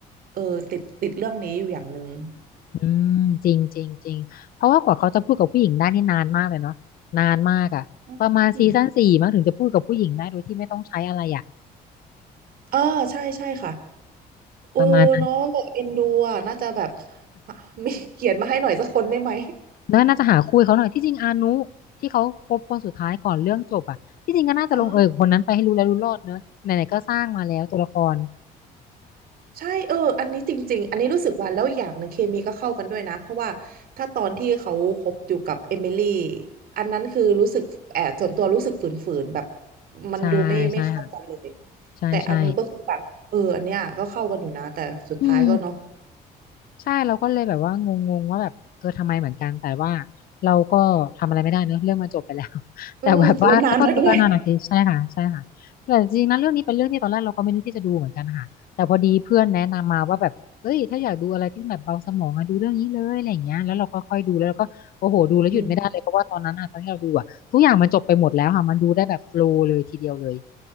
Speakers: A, on the right (about 60°); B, on the left (about 60°).
A: เออติดติดเรื่องนี้อยู่อย่างหนึ่ง
B: อืมจริงจริงจริงเพราะว่ากว่าเขาจะพูดกับผู้หญิงได้นี่นานมากเลยเนาะนานมากอ่ะประมาณซีซั่นสี่มั้งถึงจะพูดกับผู้หญิงได้โดยที่ไม่ต้องใช้อะไรอ่ะ
A: อืมอ่าใช่ใช่ค่ะโอ้เนาะแบบเอ็นดูอ่ะน่าจะแบบ
B: ประมาณนั้น
A: <laughs> มีเขียนมาให้หน่อยสักคนได้ไหม
B: แล้วน่าจะหาคู่ให้เขาหน่อยที่จริงอานุที่เขาคบคนสุดท้ายก่อนเรื่องจบอ่ะที่จริงก็น่าจะลงเอยกับคนนั้นไปให้รู้แล้วรู้รอดเนอะไหนๆก็สร้างมาแล้วตัวละคร
A: อ่า ใช่เอออันนี้จริงๆอันนี้รู้สึกว่าแล้วอย่างหนึงเคมีก็เข้ากันด้วยนะเพราะว่าถ้าตอนที่เขาคบอยู่กับเอมิลี่อันนั้นคือรู้สึกแอบส่วนตัวรู้สึกฝืนๆแบบมันดูไม่ไม่เข้ากันเลย
B: ใช่ใช่ค่ะใช่ใช่
A: แต่อนุก็คือแบบเอออันเนี้ยก็เข้ากันอยู่นะแต่สุดท้ายก็เนาะ
B: อืมใช่เราก็เลยแบบว่างงงว่าแบบเออทำไมเหมือนกันแต่ว่าเราก็ทำอะไรไม่ได้เนอะเรื่องมันจบไปแล้ว <laughs>
A: อืมแล้วนานแล้วด้วย
B: แต่แบบว่าก็ก็นาหนักทีใช่ค่ะใช่ค่ะแต่จริงๆนะเรื่องนี้เป็นเรื่องที่ตอนแรกเราก็ไม่นึกที่จะดูเหมือนกันนะค่ะแต่พอดีเพื่อนแนะนำมาว่าแบบเอ้ยถ้าอยากดูอะไรที่มันแบบเบาสมองอะดูเรื่องนี้เลยอะไรอย่างเงี้ยแล้วเราก็ค่อยดูแล้วเราก็โอ้โหดูแล้วหยุดไม่ได้เลยเพราะว่าตอนนั้นอะตอนที่เราดูอะทุกอย่างมันจบไปหมดแล้วค่ะมันดูได้แบบโฟลว์เลยทีเดียวเลย
A: อืม